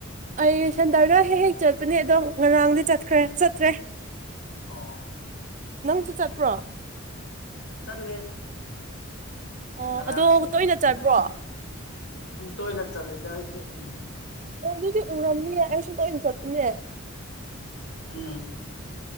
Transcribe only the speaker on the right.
ꯑꯩ ꯁꯟꯗꯔꯗ ꯍꯦꯛ ꯍꯦꯛ ꯆꯠꯄꯅꯦ ꯑꯗꯣ ꯉꯔꯥꯡꯗꯤ ꯆꯠꯈ꯭ꯔꯦ ꯆꯠꯇ꯭ꯔꯦ
ꯅꯪꯁꯨ ꯆꯠꯄ꯭ꯔꯣ
ꯑꯣ
ꯑꯗꯣ ꯇꯣꯏꯅ ꯆꯥꯕ꯭ꯔꯣ
ꯑꯣ ꯑꯗꯨꯗꯤ ꯎꯔꯝꯅꯤꯌꯦ ꯑꯩꯁꯨ ꯇꯣꯏꯅ ꯆꯠꯅꯦ